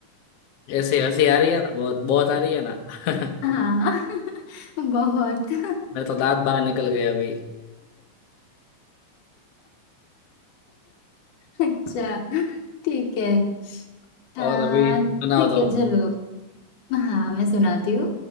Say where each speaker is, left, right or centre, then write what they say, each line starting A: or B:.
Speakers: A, on the left (about 65°); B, on the left (about 80°).
A: ऐसे हंसी आ रही है ना बहुत बहुत आ रही है ना <laughs>
B: हाँ <laughs> बहुत <laughs>
A: मेरे तो दांत बाहर निकल गए अभी
B: अच्छा ठीक है आ,
A: और अभी सुनाओ
B: ठीक
A: तुम
B: है चलो हाँ मैं सुनाती हूँ